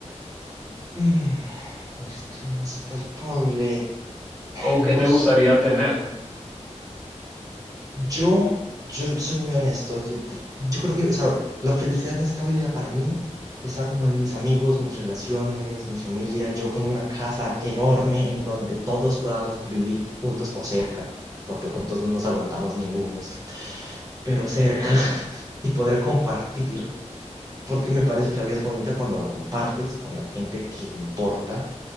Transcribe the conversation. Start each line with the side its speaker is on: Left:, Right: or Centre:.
Right: Mm, el sentido más palpable,
Centre: ¿O qué
Right: no,
Centre: te gustaría tener?
Right: Yo, yo soy muy honesto. Yo yo creo que, o sea, la felicidad en esta vida para mí está como en mis amigos, mis relaciones, mi familia, yo con una casa enorme en donde todos podamos vivir juntos o cerca, porque juntos no nos aguantamos ningunos, pero cerca <laughs> y poder compartir, porque me parece que la vida es bonita cuando la compartes con la gente que importa,